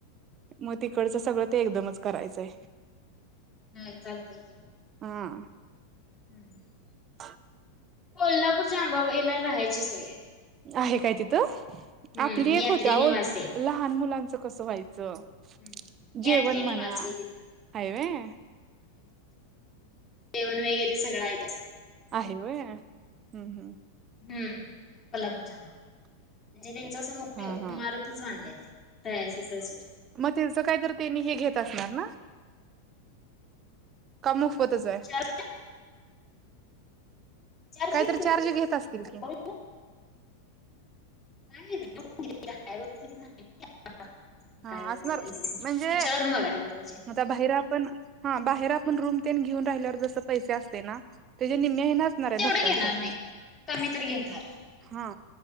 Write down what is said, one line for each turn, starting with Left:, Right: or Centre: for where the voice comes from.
Right: म तिकडचं सगळं ते एकदमच करायचंय.
Left: ह चालतंय की.
Right: हां
Left: <inaudible>
Right: <inaudible>
Left: कोल्हापूरच्या आंबाबाईला राहायची सोय हाय.
Right: आहे काय तिथं,
Left: हम्म
Right: आपली
Left: यात्री
Right: एक होत्या
Left: निवास
Right: ओ ल
Left: आहे.
Right: लहा लहान मुलांच कसं व्हायचं,
Left: हम्म.
Right: जेवण
Left: यात्री निवास
Right: म्हणा
Left: आहे तिथं.
Right: हाय व्हय‌.
Left: जेवण वगैरे सगळं आहे, त्या
Right: आहे व्हय हम्म हम्म
Left: हम्म कोल्हापूरच्या अंबाबाईला म्हणजे त्यांच अस मोठीइमारत,
Right: हा हा
Left: <inaudible>
Right: म त्याचं कायतरी त्यांनी हे घेत असणार ना? का मोफतच आहे?
Left: चारशे चारशे
Right: काहीतरी
Left: किती
Right: चार्ज घेत असतील
Left: अंबाबाई?
Right: की?
Left: <unintelligible> <unintelligible>
Right: हा असणार म्हणजे
Left: ईचारून बघायला पाहिजे.
Right: बाहेर आपण, हा. बाहेर आपण रूम तेन घेऊन राहिल्यावर जस पैसे असतय ना? त्याच्या निम्म्या ह्यान अस- -णाऱ्या
Left: तेवढं
Right: भक्तांसाठी.
Left: घेणार नाही खरं कमी तर घेणार
Right: हा.